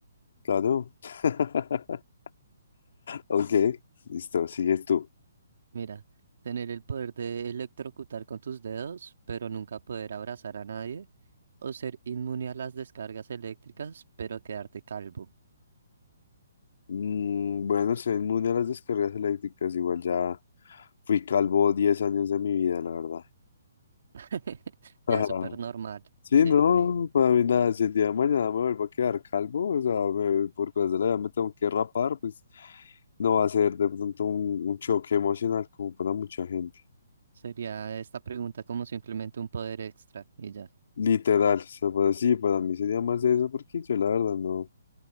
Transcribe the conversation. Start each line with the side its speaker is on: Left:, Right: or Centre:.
Left: Claro. <laughs> Ok, listo, sigues tú.
Right: Mira, tener el poder de electrocutar con tus dedos, pero nunca poder abrazar a nadie. O ser inmune a las descargas eléctricas, pero quedarte calvo.
Left: Mm, bueno, soy inmune a las descargas eléctricas, igual ya fui calvo 10 años de mi vida, la verdad.
Right: <laughs>
Left: <laughs>
Right: Ya súper normal.
Left: Sí,
Right: Sí,
Left: no,
Right: re.
Left: no, no, no, para mí nada, si el día de mañana me vuelvo a quedar calvo, o sea, me- por cosas de la vida me tengo que rapar, pues no va a ser de pronto un, un choque emocional como para mucha gente.
Right: Sería esta pregunta como simplemente un poder extra y ya.
Left: Literal, o sea, para sí, para mí sería más eso, porque yo la verdad no,